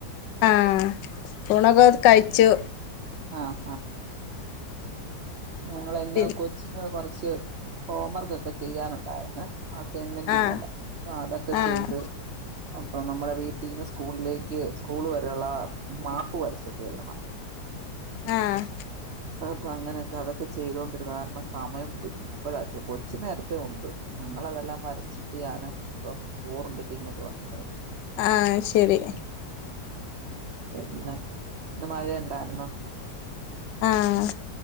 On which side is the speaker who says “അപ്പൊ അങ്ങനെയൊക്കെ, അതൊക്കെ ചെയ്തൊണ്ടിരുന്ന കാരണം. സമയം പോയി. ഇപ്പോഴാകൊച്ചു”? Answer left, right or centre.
Right